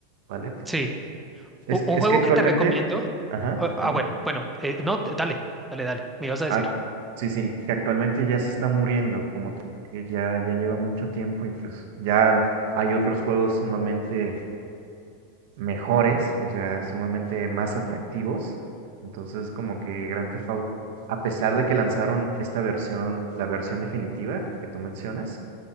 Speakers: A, on the right; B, in the centre.
A: ¿vale?
B: Sí,
A: Es,
B: U-
A: que-
B: un
A: es
B: juego
A: que actualmente,
B: que te recomiendo.
A: ajá,
B: Ah, ah,
A: dime.
B: bueno, bueno, eh, no, dale, dale, dale, me ibas a decir.
A: Ah, sí, sí, que actualmente ya se está muriendo, como te digo, que ya, ya lleva mucho tiempo y pues ya hay otros juegos sumamente mejores, o sea, sumamente más atractivos. Entonces, como que Grand Theft Auto, a pesar de que lanzaron esta versión, la versión definitiva que tú mencionas,